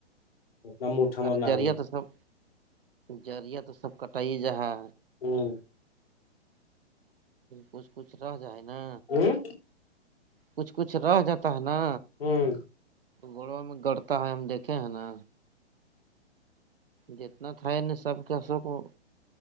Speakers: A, on the left; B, on the right.
A: اتنا مٹمر
B: ارے
A: نہ
B: جرییا
A: حلے
B: تو سب جرییا تو سب کٹائی ج ہے
A: ھمم
B: کچھ کچھ رہ جائے نا
A: ہ
B: کچھ کچھ رہ جاتا ہے نا
A: ھمم
B: گوڑو میں گڑتا ہے ہم دیکھ ہیں نا جتنا تھا ان سب کے او کو